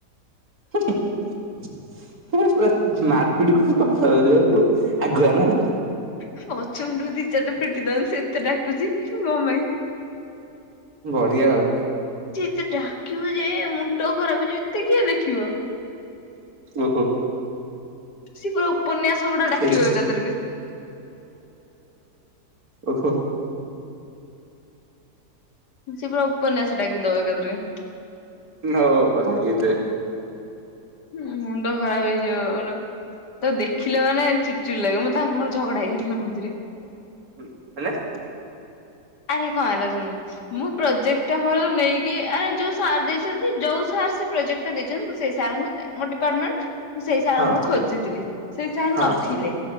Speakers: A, on the right; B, on the left.
A: ହୁଁ ହୁଁ ତମେ ପୁରା ମାରପିଟ କରିବାକୁ ଆଗୁଆ ନା।
B: ପଛମୁଣ୍ଡକୁ ଦି ଚାରିଟା ପିଟି ଦନ୍, ସେ ଏତେ ଡାକୁଛି ମୋ ପାଇଁ।
A: ବଢିଆ ଆଉ।
B: ତେ ଡାକିବୁ ଯେ ମୁଁ ଣ୍ଡ ଖରାପ ହେଇଯିବ, ଏତେ କିଏ ଲେଖିବ?
A: ଓହୋ!
B: ସିଏ ପୁରା ଉପ୍ ଉପନ୍ୟାସ ଗୁଡା ଡାକିିବେ
A: ଏଇଠି
B: ଏକା ଥରକେ।
A: ଓହୋ!
B: ସେ ପୁରା ଉପନ୍ୟାସ ଡାକିଦବ ଏକାଥରକେ।
A: ନ ଭାଇରେ!
B: ହୁଁ ମୁଣ୍ଡ ଖରାପ ହେଇଯିବ ମୋର। ତାକୁ ଦେଖିଲେ ମାନେ ଚିଡି ଚିଡି ଲାଗିବ ମତାଙ୍କ ମୋର ଝଗଡା ହେଇଯାଇଥିଲା ମଝିରେ।
A: ହୁଁ ମାନେ?
B: ଆରେ କଣ ହେଲା ଶୁଣୁ ମୁଁ ପ୍ରୋଜେକ୍ଟ ଟା ମୋର ନେଇକି ଆରେ ଯୋଉ ସାର୍ ଦେଇଛନ୍ତି ଯୋଉ ସାର ସେ ପ୍ରୋଜେକ୍ଟା ଦେଇଛନ୍ତି ମୁଁ ସେଇ ସାର ଙ୍କୁ ଆମ ଡିପାଟମେଣ୍ଟ ମୁଁ ସେଇ ସାର
A: ହଁ
B: ଙ୍କୁ ଖୋଜିଥିଲି ସେଇ ସାର୍
A: ହଁ
B: ନଥିଲେ